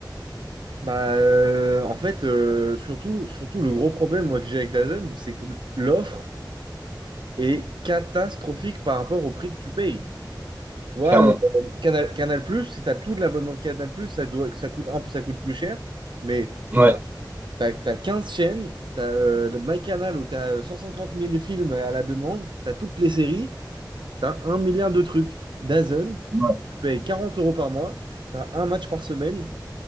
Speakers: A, on the right; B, on the right.
A: Bah, euh, en fait, euh, surtout, surtout, le gros problème moi, que j'ai avec DAZN, c'est que l'offre. est catastrophique par rapport au prix que tu payes. Tu vois,
B: clairement.
A: euh, Canal, Canal+, si tu as tout de l'abonnement de Canal+, ça doit, ça coûte un peu, ça coûte plus cher, mais
B: Ouais,
A: tu as, 15 chaînes, tu as MyCanal où tu as cent cinquante mille films à la demande, tu as toutes les séries, tu as un milliard de trucs. DAZN,
B: ouais.
A: tu payes 40 euros par mois, tu as un match par semaine,